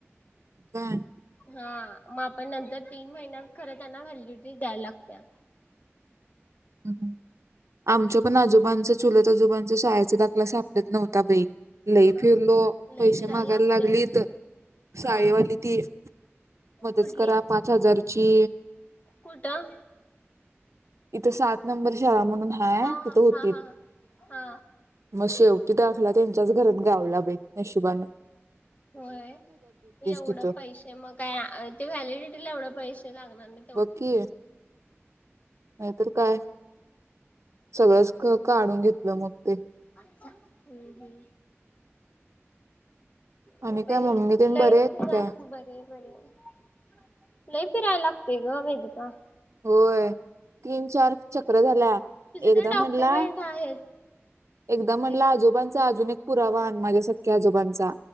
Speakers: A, on the right (about 85°); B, on the left (about 35°).
A: हं
B: हा म आपण नंतर तीन महिन्यात खर त्यांना व्हॅलिडिटी द्यायला लागत्याया
A: हम् आमच्या पण आजोबांचं, चुलत आजोबांचा शाळेचा दाखला सापडत नव्हता बई- लई
B: अ
A: फिरलो,
B: लय
A: पैसे
B: फिरायला
A: मागायला
B: लागते
A: लागलीत शाळेवाली
B: हा
A: ती मदत
B: कुठली
A: करा पाच हजारची
B: कुठं
A: त सात नंबर शाळा म्हणून हाय
B: हा
A: तिथं, होतीत
B: हा हा हा
A: मग शेवटी दाखला त्यानं च्याच घरत गावला बाई नशिबाानं
B: होय, एवढं
A: तिथं
B: पैसे मग काय ते व्हॅलिडिटीला एवढं पैसे लागणार नाय
A: बघ की नाय तर काय सगळंच क काढूनं घेत ल मग ते
B: हूं हूं
A: आणि
B: बई
A: काय मम्मी तेन
B: लय
A: बरे आहेत
B: <unintelligible>
A: काय
B: बरी ये बरी ये लय फिराय लागतय ग वेदिका
A: होय. तीन चार चक्रा झाल्या
B: तुझे
A: एकदा
B: ते डॉक्युमेंट
A: म्हटंला,
B: आहेत
A: एकदा म्हटंला
B: एक
A: आजोबांचा अजून एक पुरावा आन माझ्या सख्या आजोबांचा